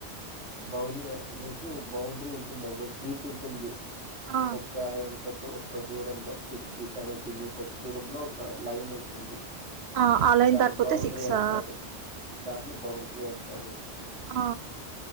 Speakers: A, in the centre; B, on the right.
A: బౌలియనికి ఒ బౌండరీ ఉంటుంది. ఒక గీత ఉంటుంది.
B: ఆ
A: ఓక్కా ఎంతక్కు ఒక దూరంలో సిక్స్టీ సెవెంటీ, మీటర్స్ దూరంలో ఒక లైన్ ఉంటుంది.
B: ఆ ఆన్లైన్
A: దాని
B: దాటిపోతే
A: బౌండరీ
B: సిక్సా
A: అంటారు దాన్ని బౌండ్రీ అంటారు.
B: ఆ